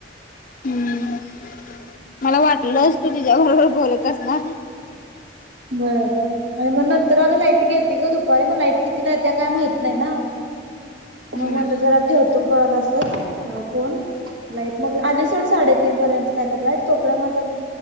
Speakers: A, on the left; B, on the right.
A: हम्म मला वाटलंस तू तिच्या्याबरोबर बोलतस ना.
B: बरं आणि मग नंतर अगं लाईट गेल तती ग दुपारी मग लाईट कितीला त्या काय माहित नाही ना. मग
A: हम्म
B: मला जरा ठेवतो कॉल असच फोन. लाईट मग आली सोड साडेतीीन पर्यंत काय तर लाईट तोपर्यंत माझं.